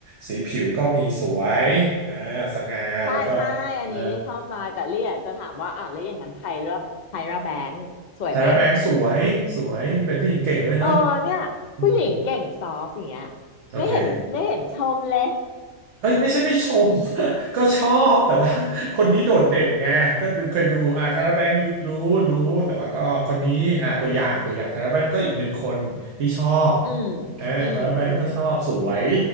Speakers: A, on the right (about 60°); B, on the left (about 45°).
A: สีผิวก็มีสวยอ่าสง่าแล้วก็
B: ใช่ใช่อันนี้ลี่เข้าใจแต่ลี่อะจะถามว่าอ่ะแล้วอย่างนั้นไทยร่าไทยร่าแบงค์สวยไหม
A: เออทาร่าแบงค์สวยสวยเป็นผู้หญิงเก่งด้วยเนาะ
B: เออเนี่ยผู้หญิงเก่งซอฟต์อย่างเงี้ย
A: อืมโอเค
B: ไม่เห็นไม่เห็นชมเลย
A: เอ้ยไม่ใช่ไม่ชม <laughs> ก็ชอบแต่ว่า <laughs> คนนี้โดดเด่นไงก็ดูเคยดูอ่าธารแบงค์รู้รู้แต่ว่าก็คนนี้อ่าตัวอย่างตัวอย่างธารแบงค์ก็อีกหนึ่งคนที่ชอบ
B: อืม
A: อ่าธารแบงค์ก็ชอบสวย
B: อืมอืม